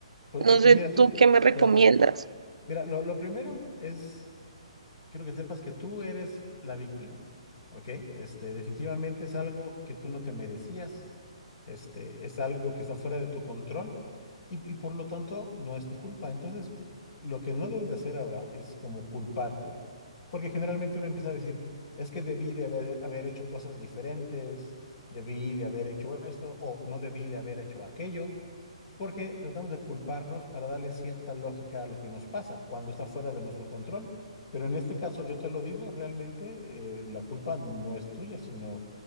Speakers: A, on the left; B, on the right.
A: Pues,
B: No
A: pues
B: sé,
A: mira, tú,
B: ¿tú qué me recomiendas?
A: mira, mira, lo, lo primero es, quiero que sepas que tú eres la víctima, ¿ok? Este, definitivamente es algo que tú no te merecías, este, es algo que está fuera de tu control y, y por lo tanto no es tu culpa. Entonces, lo que no debes de hacer ahora es como culparte, porque generalmente uno empieza a decir, es que debí de haber, haber hecho cosas diferentes, debí de haber hecho esto o no debí de haber hecho aquello porque tratamos de culparnos para darle cierta lógica a lo que nos pasa cuando está fuera de nuestro control. Pero en este caso, yo te lo digo, realmente eh, la culpa no es tuya, sino